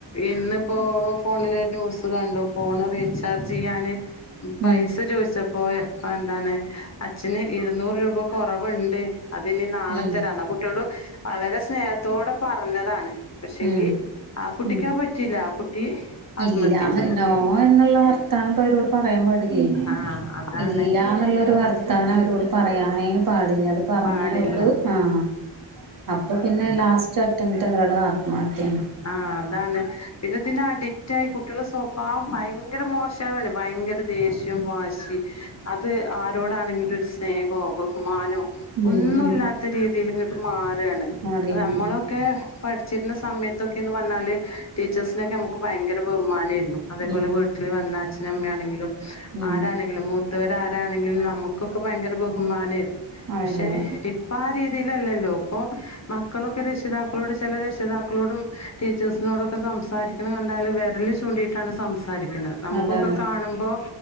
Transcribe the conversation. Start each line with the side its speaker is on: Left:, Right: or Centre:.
Left: ഇന്നിപ്പോ ഫോണില് ന്യൂസ് കണ്ടു ഫോണ് റീചാർജ് ചെയ്യാന് പൈസ
Right: ഉം
Left: ചോദിച്ചപ്പോ എന്താണ് അച്ഛന് ഇരുന്നൂറ് രൂപ കൊറവുണ്ട് അത്ഇനി നാളെ
Right: ഉം
Left: തരാ ന്ന കുട്ടിയളൊട് വളരെ സ്നേഹത്തോടെ പറഞ്ഞതാണ് പക്ഷെങ്കി
Right: ഉം
Left: ആ കുട്ടിക്ക്
Right: ഉം
Left: അത് പറ്റില്ല ആ കുട്ടി ആത്മഹത്യ
Right: ഇല്ലാന്ന്
Left: ചെയ്തു
Right: നോ എന്നുള്ള വർതാനം പ്പൊ അവരോട് പറയാൻ പാടി ല്ലെ
Left: ആ അതാണ്
Right: ഇല്ല ന്നുള്ളൊരു വർത്താനം അവരോട് പറയാനേ പാടില്ലത് പറഞ്ഞ
Left: പാടില്ല
Right: അവർക്ക് ആഹ് അപ്പൊ പിന്നെ
Left: അതാ
Right: ലാസ്റ്റ് അറ്റംപ്റ്റ് അവരട ആത്മഹത്യാണ്
Left: ആഹ് ആണ് പിന്നെ ഇതിന് അഡിക്റ്റയി കുട്ടിയളുടെ സ്വഭാവം ഭയങ്കര മോശവാണ് ഭയങ്കര ദേഷ്യം വാശി അത് ആരോടാണെങ്കിലും ഒരു സ്നേഹോ ബഹുമാനോ ഒന്നുമല്ലാത്ത
Right: ഉം ഉം
Left: രീതിൽ ഇങ്ങട്ട് മാറാണ്
Right: അറിയുന്നു
Left: നമ്മളൊക്കെ പഠിച്ചിരുന്ന സമയത്തൊക്കെന്ന് പറഞ്ഞാല് ടീച്ചേഴ്സിനൊക്കെ നമുക്ക് ഭയങ്കര ബഹുമാനയിന്നു അതേപോലെ
Right: ഉം
Left: വീട്ടിൽ വന്ന അച്ഛനമ്മയാണെങ്കിലും
Right: ഉം
Left: ആരാണെങ്കിലും മൂത്തവർ ആരാണെങ്കിലും നമുക്കൊക്കെ ഭയങ്കര ബഹുമാനേയിരുന്നു
Right: ആയിരുന്നു
Left: പക്ഷെ ഇ പ്പ ആ രീതിയിലല്ലല്ലോ പ്പോ മക്കളൊക്കെ രക്ഷിതാക്കളോട് ചില രക്ഷിതാക്കളോടും ടീച്ചേഴ്സിനോടൊക്കെ സംസാരിക്ക്ണ്കണ്ടാല് വെരല് ചൂണ്ടീയിട്ടാണ് സംസാരി,, ണ് നമുക്കൊക്കെ
Right: അതാണ്
Left: കാണുമ്പോ